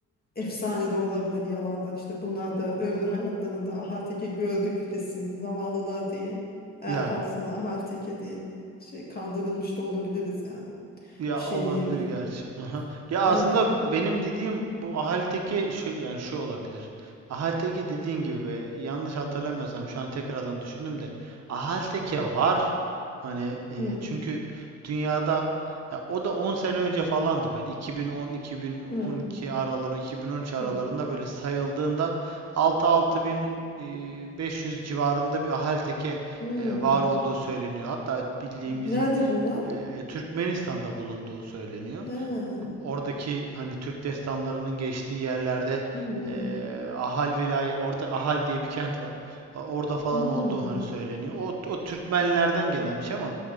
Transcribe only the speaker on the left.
efsane de olabilir yalandan. İşte bunlar da ömrü hayatlarında ahal gördük desin zavallılar diye. E,
al sana ahal diye şey kandırılmış da olabiliriz yani.
Bir şey
diyemiyorum.
Evet.
Hı,
hı,
hı,
hı.
Nerede bunlar?
Ha.
Hı,
hı,